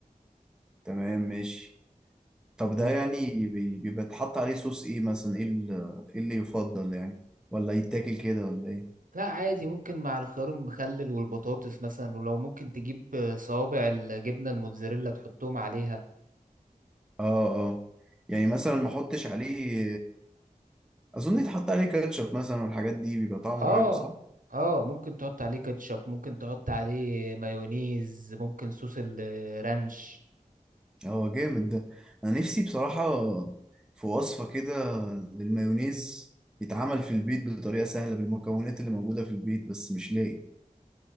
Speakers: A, in the centre; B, on the right.
A: تمام ماشي طب ده
B: و...
A: يعني بي- بيبقى اتحط عليه صوص ايه مثلا ايه ال- إيه اللي يفضل يعني ولا يتاكل كده ولا ايه
B: لا عادي ممكن مع الخيار المخلل والبطاطس مثلا ولو ممكن تجيب آه، صوابع الجبنة الموتزاريلا تحطهم عليها
A: اه اه يعني مثلا ما احطش عليه اظن يتحط عليه كاتشب مثلا والحاجات دي بيبقى طعمه
B: اه
A: حلو صح
B: اه ممكن تحط عليه كاتشب ممكن تحط عليه مايونيز ممكن صوص الرانش
A: هو جامد ده انا نفسي بصراحة في وصفة كده للمايونيز يتعمل في البيت بطريقة سهلة بالمكونات اللي موجودة في البيت بس مش لاقي